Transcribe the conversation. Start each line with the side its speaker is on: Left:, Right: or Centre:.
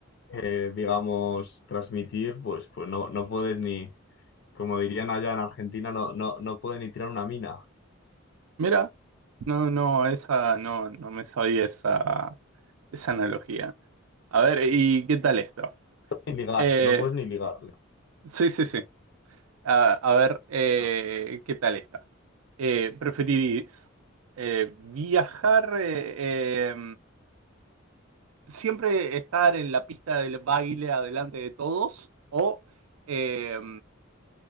Left: eh, digamos, transmitir, pues, pues no, no puedes ni, como dirían allá en Argentina, no, no, no puedes ni tirar una mina,
Right: Mira, no, no, esa no, no me sabía esa, esa analogía. A ver, ¿y qué tal esto?
Left: ni ligar,
Right: Eh,
Left: no puedes ni ligar. O
Right: sí, sí, sí. A, a ver, eh,
Left: sea,
Right: ¿qué tal esta? Eh, ¿preferirís eh, viajar, eh, eh, siempre estar en la pista del baile adelante de todos o eh,